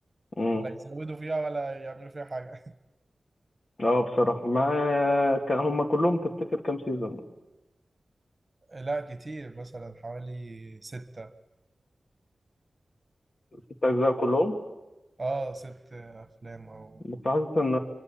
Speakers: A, on the left (about 55°); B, on the right (about 30°).
A: مم.
B: لا يزودوا فيها ولا يعملوا فيها حاجه
A: اه بصراحة ما كان هما كلهم تفتكر كام سيزون
B: <laughs> لا كتير مثلا حوالي ستة
A: ست أجزاء كلهم
B: اه ست افلام او
A: بس حاسس إن